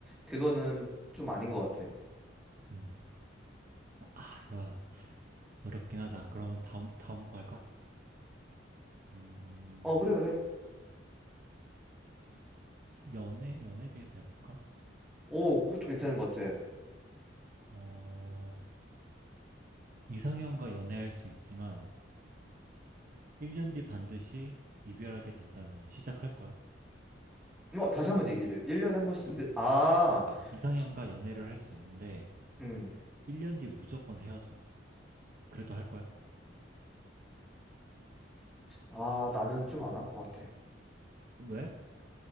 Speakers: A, in the centre; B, on the right.
A: 그거는 좀 아닌 것 같아.
B: 음, 아, 이거 어렵긴 하다. 그러면 다음, 다음 거 할까? 음,
A: 어, 그래, 그래.
B: 연애, 연애에 대해서 해볼까?
A: 오, 그것도 괜찮은 것 같아.
B: 어, 이상형과 연애할 수 있지만, 1년 뒤 반드시 이별하게 된다면 시작할 거야?
A: 어, 다시 한번 얘기해줘. 1년에 한 번씩
B: 그러니까
A: 이백 아,
B: 그러니까 이상형과
A: 지-
B: 연애를 할 수 있는데
A: 음.
B: 1년 뒤 무조건 헤어져. 그래도 할 거야?
A: 아, 나는 좀 안 할 것 같아.
B: 왜?